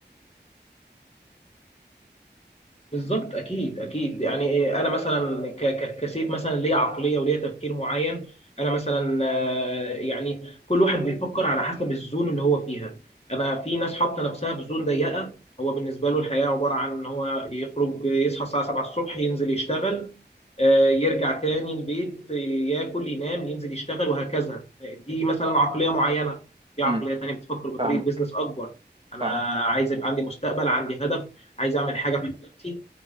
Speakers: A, on the left; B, on the right.
A: بالظبط اكيد اكيد يعني إيه، انا مثلا ك- ك- كسيف مثلا ليا عقليه وليا تفكير معين انا مثلا آه، يعني كل واحد بيفكر على حسب الزون اللي هو فيها انا في ناس حاطه نفسها في زون ضيقه هو بالنسبه له الحياه عباره عن ان هو يخرج يصحى الساعه 7 الصبح ينزل يشتغل آه، يرجع تاني البيت آه، ياكل ينام ينزل يشتغل وهكذا دي مثلا عقليه معينه في عقليه
B: امم
A: تانيه بتفكر بطريقه
B: فاهمك
A: بيزنس اكبر انا
B: فاهمك
A: عايز يبقى عندي مستقبل عندي هدف عايز اعمل حاجه في حياتي